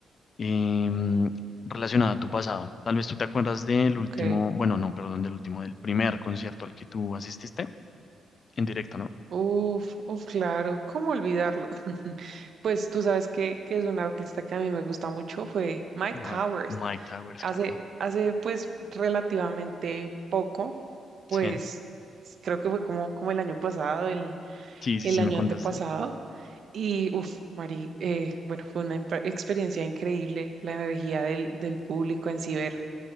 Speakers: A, on the left; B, on the right.
A: em, relacionada a tu pasado. Tal vez tú te acuerdas del último,
B: ok.
A: bueno, no, perdón, del último, del primer concierto al que tú asististe en directo, ¿no?
B: Uf, uf, claro, ¿cómo olvidarlo? <laughs> Pues tú sabes que, que es un artista que a mí me gusta mucho, fue Mike
A: Ah,
B: Towers.
A: Mike Towers,
B: Hace,
A: claro.
B: hace pues relativamente poco,
A: Sí,
B: pues creo que fue como, como el año pasado, el,
A: sí, sí,
B: el
A: sí,
B: año
A: me contaste.
B: antepasado. Y, uff, Mari, eh, bueno, fue una impre- experiencia increíble. La energía del, del público en Ciber,